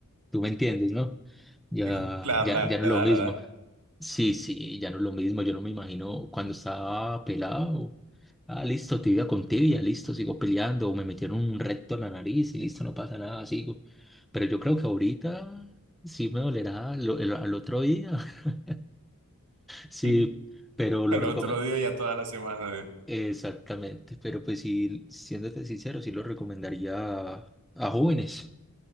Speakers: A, in the centre; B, on the right (about 85°).
A: Tú me entiendes, ¿no? Ya,
B: Y Claro,
A: ya,
B: la
A: ya no
B: edad,
A: es lo mismo.
B: la edad.
A: Sí, sí, ya no es lo mismo. Yo no me imagino cuando estaba pelado. Ah, listo, tibia con tibia, listo, sigo peleando. O me metieron un recto en la nariz y listo, no pasa nada, sigo. Pero yo creo que ahorita sí me dolerá lo- el- al otro día. <laughs> Sí,
B: <laughs>
A: pero lo
B: El
A: recomiendo.
B: otro día ya toda la semana. ¿eh?
A: Exactamente, pero pues sí, siéndote sincero, sí lo recomendaría a jóvenes.